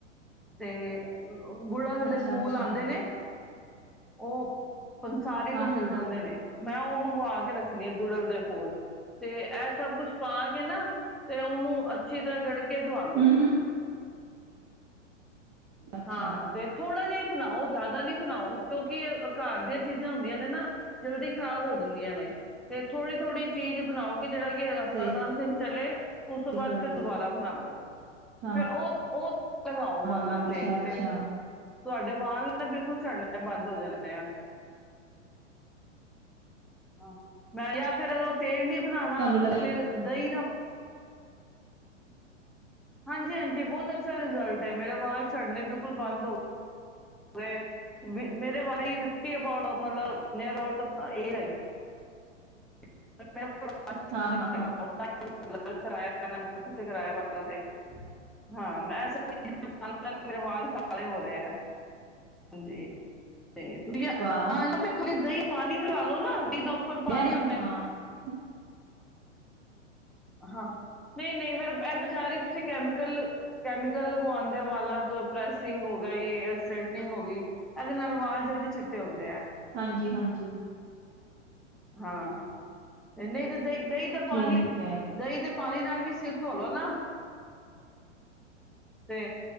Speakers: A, in the centre; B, on the right.
A: ਤੇ ਗੁੜਲ
B: ਅੱਛਾ
A: ਦੇ ਫੁੱਲ
B: ਅੱਛਾ
A: ਆਉਂਦੇ ਨੇ। ਉਹ ਪੰਸਾਰੀ
B: ਹਾਂ
A: ਤੋਂ ਮਿਲ
B: ਹਾਂ ਹਾਂ
A: ਜਾਂਦੇ ਨੇ। ਮੈਂ ਉਹ ਮੰਗਵਾ ਕੇ ਨੇ ਗੂੜਲ ਦੇ ਕੋਲ ਤੇ ਇਹ ਸਭ ਕੁਛ ਪਾ ਕੇ ਨਾ ਤੇ ਉਹਨੂੰ ਅੱਛੀ ਤਰ੍ਹਾਂ ਗੜਕੇ ਤਵਾ ਲੋ
B: ਹਮ ਹਮ ਅੱਛਾ
A: ਹਾਂ ਤੇ ਥੋੜ੍ਹਾ ਜਿਹਾ ਬਣਾਓ ਜ਼ਿਆਦਾ ਨੀ ਬਣਾਓ ਕਿਉਂਕਿ ਅ ਕਾਰ ਦੇ ਚੀਜ਼ਾਂ ਹੁੰਦੀਆਂ ਨੇ ਨਾ ਜਲਦੀ ਖਰਾਬ ਹੋ ਦਿੰਦੀਆਂ ਨੇ ਤੇ ਥੋੜ੍ਹੀ -ਥੋੜ੍ਹੀ ਚੀਜ਼ ਬਣਾਓ ਕਿ ਜਿਹੜਾ ਕਿ ਹਫ਼ਤਾ
B: ਸਹੀ
A: ਦਸ ਦਿਨ ਚਲੇ <unintelligible> ਉਸ ਤੋਂ ਬਾਅਦ
B: ਗੱਲ
A: ਫਿਰ ਦੁਬਾਰਾ ਬਣਾ ਲੋ।
B: ਹਾਂ
A: ਫਿਰ ਉਹ, ਉਹ ਲਗਾਓ
B: ਹਾਂ
A: ਵਾਲਾਂ ਤੇ,
B: ਅੱਛਾ ਅੱਛਾ
A: ਤੇ ਤੁਹਾਡੇ ਵਾਲ ਨਾਲ ਬਿਲਕੁਲ ਝੜਨੇ ਬੰਦ ਹੋ ਜਾਂਣੇ ਆ। ਆਹ, ਮੈਂ ਜਾਂ ਫਿਰ ਅਗਰ ਉਹ ਤੇਜ਼ ਨੀ, ਬਣਾਣਾ
B: ਤੁਹਾਨੂੰ ਲੱਗੀ
A: ਫੇਰ ਦਹੀਂ ਦਾ, ਹਾਂਜੀ-ਹਾਂਜੀ, ਬਹੁਤ ਅੱਛਾ ਰਿਜ਼ਲਟ ਹੈ, ਮੇਰੇ ਵਾਲ ਝੜਨੇ ਬਿਲਕੁਲ ਬੰਦ ਹੋ ਗਏ, ਮੇਰੇ ਵਾਲ ਫਿਫਟੀ ਅਬਾਉਟ ਮਤਲਬ ਨਿਅਰ ਅਬਾਊਟ ਐ ਜੀ। <unintelligible> <inaudible> ਹਾਂ ਮੈਂ, <unintelligible>
B: ਹਾਂ ਹਾਂ ਹਾਂ
A: ਮੇਰਾ ਵਾਲ <unintelligible> ਐਵ ਹੋ ਰਿਹਾ। ਹਾਂਜੀ, ਤੇ ਵਧੀਆ
B: ਵਾਹ
A: <unintelligible> ਪਾਣੀ ਵੀ ਲਾਲੋ ਨਾ, ਦੀ ਦਾ ਉੱਪਰ ਪਾਣੀ
B: ਹੈ
A: ਹੁੰਦਾ।
B: <unintelligible>
A: ਹਾਂ ਨਹੀਂ-ਨਹੀਂ ਫੇਰ, ਇਹ ਬਜ਼ਾਰੀ ਤੁਸੀਂ ਕੈਮੀਕਲ, ਕੈਮੀਕਲ ਲਗਵਾਦੇ ਵਾਲਾਂ ਤੇ ਪ੍ਰੈਸਿੰਗ ਹੋ ਗਈ ਸਟੇਟਨਿੰਗ ਹੋ ਗਈ। ਇਹਦੇ ਨਾਲ ਵਾਲ ਜਲਦੀ ਚਿੱਟੇ ਹੁੰਦੇ ਆ।
B: ਹਾਂਜੀ-ਹਾਂਜੀ,
A: ਹਾਂ, ਨਹੀਂ ਤੇ ਦਹੀਂ-ਦਹੀਂ ਦਾ ਪਾਣੀ,
B: ਠੀਕ ਹੈ
A: ਦਹੀਂ ਦੇ ਪਾਣੀ ਨਾਲ ਵੀ ਸਿਰ ਧੋਲੋ ਨਾ, ਤੇ,